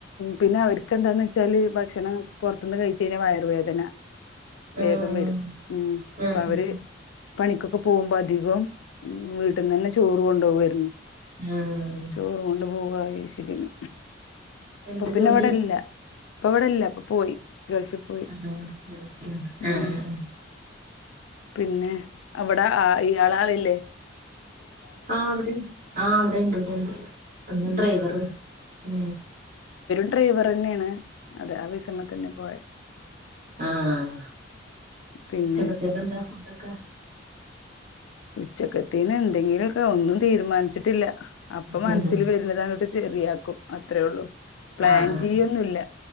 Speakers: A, on the left; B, on the right.
A: പിന്നെ ഒരിക്ക എന്താ വെച്ചാൽ ഭക്ഷണം പുറത്തുന്ന് കഴിച്ച് കഴിഞ്ഞാൽ വയറുവേദന വേഗം
B: ആഹ്
A: വരും ഉം അപ്പൊ
B: ആഹ്
A: അവര് പണിക്കൊ പോകുമ്പോ അധികം വീട്ടിൽ നന്നെ ചോറ് കൊണ്ടുപുവായിരുന്നു
B: ആഹ്
A: ചോറ് കൊണ്ട് പോവ ഇശിതിന് അപ്പൊ
B: എന്ത്
A: പിന്നെ
B: ജോലി
A: എവിടെല്ല ഇപ്പ എവിടെല്ല അപ്പൊ പോയി ഗൾഫിൽ
B: ആഹ
A: പോയി
B: അഹആഹ
A: ഉം
B: ആ
A: പിന്നെ അവിടെ ആ ഇ ആ അളിലെ
B: ആഹ അവിടെ ആഹ് അവിടെണ്ട് ഇവിടെണ്ട് അന്ന്
A: ഉം
B: ഡ്രൈവറ് ഉ
A: ഡ്രൈവർ ന്നെയാണ് അതെ ആ വിഷമ തന്നെ പോയത്
B: ആഹ
A: പിന്നെ
B: ഉച്ചക്കതെക്ക് എന്താ ഫുഡൊക്കെ
A: ഉച്ചക്കത്തിന് എന്തെങ്കിലൊക്കെ ഒന്നും തീരുമാനിച്ചിട്ടില്ല അപ്പൊ
B: ആഹ്
A: മനസ്സിൽ വരുന്നതട്ട് ശെരിയാക്കും അത്രേ ഉള്ളൂ പ്ലാൻ
B: ആഹ്
A: ചെയ്യൊന്നുല്ല